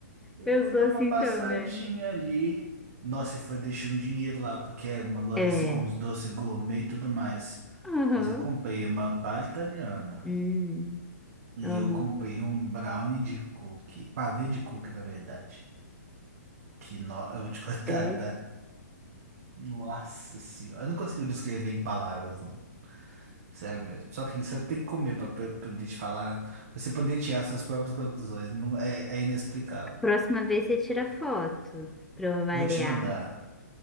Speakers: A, on the right; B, in the centre.
A: Eu
B: Eu
A: vou
B: sou
A: dar uma
B: assim
A: passadinha
B: também.
A: ali. Nossa, e foi, deixei um dinheiro lá, porque é uma loja,
B: É.
A: assim, com uns doces gourmet e tudo mais.
B: Aham.
A: Mas eu comprei uma palha italiana.
B: Hum,
A: E
B: amo.
A: eu comprei um brownie de cookie, pavê de cookie, na verdade. Que no... eu vou te <laughs> contar,
B: É.
A: tá? Nossa senhora, eu não consigo descrever em palavras, não. Sério mesmo. Só que você tem que comer pra pra- pra poder te falar, pra você poder tirar suas próprias conclusões. Não é, é inexplicável.
B: Próxima vez você tira foto pra eu avaliar.
A: Vou te mandar.